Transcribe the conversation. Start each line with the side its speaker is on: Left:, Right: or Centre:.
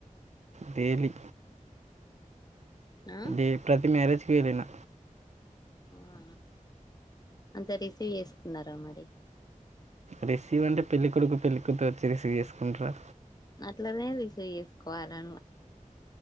Right: డేలీ
Left: ఆ
Right: ఏ ప్రతి మ్యారేజ్ ఏదైనా
Left: అ అంత రిసీవ్ చేసుకున్నారా మరి
Right: రిసీవ్ అంటే పెళ్ళికొడుకు పెళ్ళికూతురు వచ్చి రిసీవ్ చేసుకుంటారా
Left: అట్లనే రిసీవ్ చేసుకోవాలే